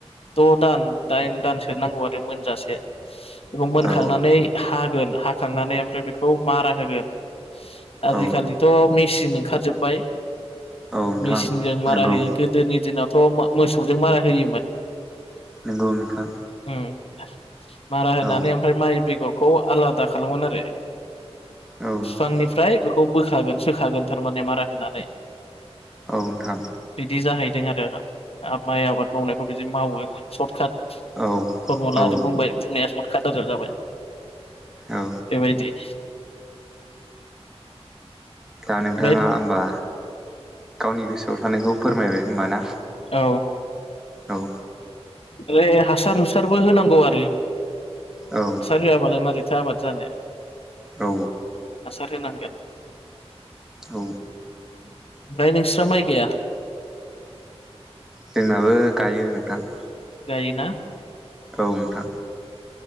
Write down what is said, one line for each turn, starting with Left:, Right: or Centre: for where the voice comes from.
Left: द' दान दाइन दानसो नांगौ आरो मोनजासे। बेखौ मोनखांनानै
Centre: औ
Left: हागोन हाखांनानै ओमफ्राय बेखौ मारा होगोन। आजिखालिथ'
Centre: औ
Left: मेसिन ओंखारजोबबाय।
Centre: नोंथां
Left: मेचिनजों मारा
Centre: नंगौ
Left: होयो गोदोनि दिनावथ' मोसौजों मारा होयोमोन।
Centre: नंगौ नोंथां।
Left: उम मारा होनानै
Centre: औ
Left: ओमफ्राय माइ बेगरखौ आलादा खालामगोन आरो
Centre: नोंथां
Left: बिफांनिफ्राय बेखौ बोखागोन सोखागोन थारमाने मारा होनानै।
Centre: औ नोंथां
Left: बिदि जाहैदों आरो माइ आबाद मावनायखौ बिदि मावो सर्ट काट।
Centre: औ
Left: फरमुला
Centre: औ
Left: आरो बुंबाय बुंनाया सर्टकाट आरो जाबाय
Centre: औ
Left: बेबायदि
Centre: दा नोंथाङा
Left: ओमफ्राय
Centre: होमबा गावनि गोसोआव थानायखौ फोरमायबाय होमबा ना?
Left: औ।
Centre: औ।
Left: ओरै हासार हुसारबो होनांगौ आरो
Centre: औ
Left: हासार होआबालाय मा रैथो आबाद जानो
Centre: औ
Left: हासार होनांगोन। ओमफ्राय
Centre: औ
Left: नोंस्रा माय गायया?
Centre: जोंनाबो गायो नोंथां।
Left: गायो ना?
Centre: औ नोंथां